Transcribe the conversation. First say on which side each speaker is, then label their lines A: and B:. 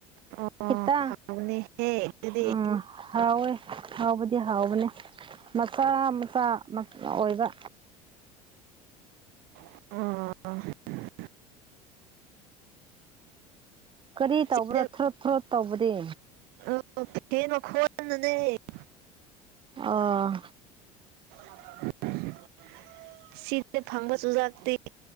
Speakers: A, on the right; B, on the right.
A: ꯑꯣ
B: <unintelligible>
A: ꯍꯥꯎꯕꯅꯦꯍꯦ ꯑꯗꯨꯗꯤ
B: ꯍꯥꯎꯋꯦ ꯍꯥꯎꯕꯗꯤ ꯍꯥꯎꯕꯅꯦ ꯃꯆꯥ ꯃꯆꯥ ꯑꯣꯏꯕ
A: <unintelligible>
B: ꯀꯔꯤ ꯇꯧꯕ꯭ꯔꯣ
A: ꯁꯤꯗ
B: ꯊꯔꯣꯠ ꯊꯔꯣꯠ ꯇꯧꯕꯗꯤ
A: <unintelligible>
B: ꯑꯣ
A: <unintelligible> ꯁꯤꯗ ꯐꯥꯕ ꯆꯨꯖꯥꯛꯇꯤ